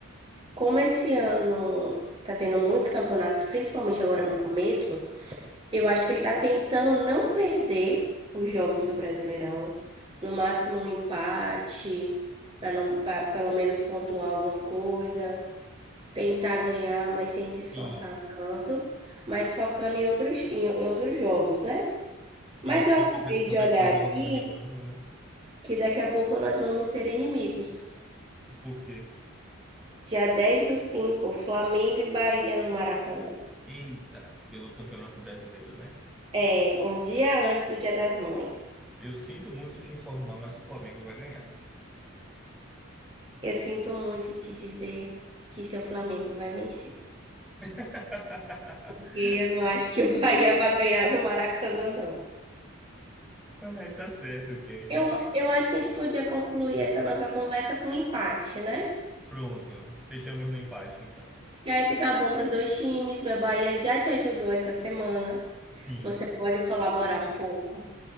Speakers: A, on the right; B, in the centre.
A: como esse ano está tendo muitos campeonatos, principalmente agora no começo. Eu acho que ele está tentando não perder os jogos do Brasileirão. No máximo um empate, para não, para pelo menos pontuar alguma coisa, tentar ganhar, mas sem se
B: Sim.
A: esforçar tanto, mas focando em outros, em, em outros jogos, né?
B: E
A: Mas
B: naturalmente
A: eu acabei
B: as competições
A: de olhar
B: vão
A: aqui
B: afunilando, né?
A: que daqui a pouco nós vamos ser inimigos.
B: Por quê?
A: Dia 10 do 5, Flamengo e Bahia no Maracanã.
B: Eita, pelo Campeonato Brasileiro, né?
A: É, um dia antes do Dia das Mães.
B: Eu sinto muito te informar, mas o Flamengo vai ganhar.
A: Eu sinto muito em te dizer que seu Flamengo vai vencer.
B: <laughs>
A: Porque eu não acho que o Bahia vai ganhar no Maracanã, não.
B: Ai, tá certo, Kelly.
A: Eu, eu acho que a gente podia concluir essa nossa conversa com um empate, né?
B: Pronto, fechamos no empate, então.
A: E aí fica bom para os dois times. Meu Bahia já te ajudou essa semana.
B: Sim,
A: Você pode colaborar um pouco.